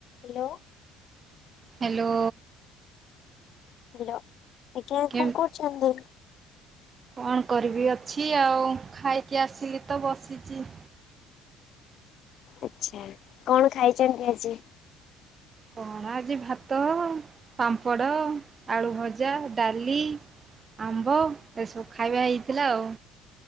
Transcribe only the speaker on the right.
Hello.
କେମ୍
କଣ କରିବି ଅଛି ଆଉ ଖାଇକି ଆସିଲି ତ ବସିଚି।
କଣ ଆଜି ଭାତ, ପାମ୍ପଡ଼, ଆଳୁ ଭଜା, ଡାଲି। ଆମ୍ବ ଏସବୁ ଖାଇବା ହେଇଥିଲା ଆଉ।